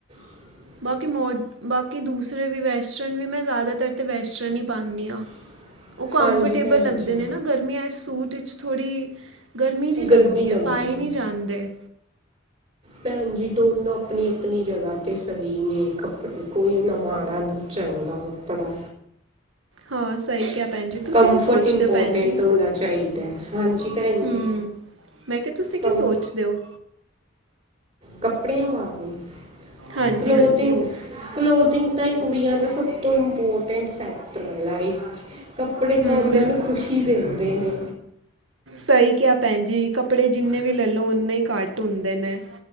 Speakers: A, on the right; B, on the right.
A: <inaudible>
B: ਬਾਕੀ ਮੋਡ, ਬਾਕੀ ਦੂਸਰੇ ਵੀ ਵੈਸਟਰਨ ਵੀ ਮੈਂ ਜਾਦਾਤਰ ਤੇ ਵੈਸਟਰਨ ਹੀ ਪਾਨੀ ਆ।
A: <inaudible>
B: ਉਹ ਕੰਫਰਟੇਬਲ
A: ਭੈਣ
B: ਲੱਗਦੇ
A: ਜੀ
B: ਨੇ ਨਾ। ਗਰਮੀਆਂ ਚ ਸੂਟ ਇਚ ਥੋੜ੍ਹੀ ਗਰਮੀ ਜੀ ਲੱਗਦੀ
A: ਗਰਮੀ
B: ਏ ਪਾਏ
A: ਹੈ
B: ਨੀ ਜਾਂਦੇ।
A: ਭੈਣ ਜੀ ਦੋਨੋਂ ਅਪਣੀ-ਅਪਣੀ ਜਗ੍ਹਾ ਤੇ ਸਈ ਨੇ ਕੱਪੜੇ ਕੋਈ ਨਾ ਮਾੜਾ ਨਾ ਚੰਗਾ। ਕਪੜਾ।
B: ਹਾਂ ਸਹੀ ਕਿਹਾ ਭੈਣ ਜੀ ਤੁਸੀਂ
A: ਕੰਫਰਟ
B: ਕੀ ਸੋਚਦੇ
A: ਇੰਪੋਰਟੈਂਟ
B: ਹੋ ਭੈਣ ਜੀ
A: ਹੋਨਾ ਚਾਈਦਾ ਹਾਂਜੀ ਭੈਣ
B: ਹੂੰ
A: ਜੀ।
B: ਮੈਂ ਕਿਆ ਤੁਸੀਂ
A: ਕੰ
B: ਕੀ ਸੋਚਦੇ ਓ?
A: ਕੱਪੜਿਆਂ ਮਾਰਵੇ
B: ਹਾਂਜੀ
A: ਕਲੋਦਿੰਗ।
B: ਹਾਂਜੀ ਹੋ
A: ਕਲੋਦਿੰਗ ਤਾਂ ਕੁੜੀਆਂ ਦਾ ਸਭ ਤੋਂ ਇੰਪੋਰਟੈਂਟ ਫੈਕਟਰ ਐ ਲਾਈਫ ਚ। ਕੱਪੜੇ
B: ਹੂੰ
A: ਤਾਂ ਉਹਨਾਂ
B: ਬਿਲ
A: ਨੂੰ ਖ਼ੁਸ਼ੀ ਦਿੰਦੇ ਨੇ।
B: ਸਈ ਕਿਆ। ਭੈਣਜੀ ਕੱਪੜੇ ਜਿੰਨੇ ਵੀ ਲੈਲੋ ਓਨੇ ਹੀ ਘੱਟ ਹੁੰਦੇ ਨੇ।